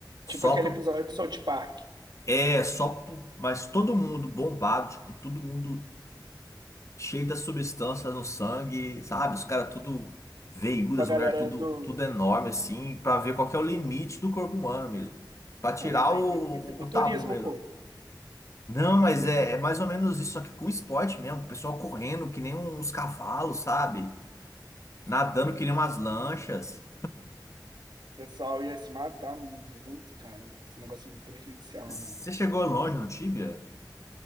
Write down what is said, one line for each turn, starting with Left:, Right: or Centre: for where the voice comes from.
Left: Só
Right: Tipo aquele
Left: pro.
Right: episódio de South Park.
Left: É, só pro. Mas todo mundo bombado, tipo, todo mundo cheio das substâncias no sangue, sabe? Os caras tudo veiudo,
Right: Com
Left: as
Right: a
Left: mulheres
Right: galera
Left: tudo,
Right: do.
Left: tudo enorme, assim, pra ver qual que é o limite do corpo humano mesmo. Pra tirar
Right: Ah, mas aí
Left: o, o
Right: tem o fisiculturismo,
Left: o tabu mesmo.
Right: pô.
Left: Não, mas é, é mais ou menos isso, só que com esporte mesmo. O pessoal correndo que nem uns cavalos, sabe?
Right: Você
Left: Nadando
Right: Tá maluco.
Left: que nem umas lanchas.
Right: O pessoal ia se matar muito, cara. Esse negócio é muito prejudicial,
Left: Você
Right: né?
Left: chegou longe no Tibia?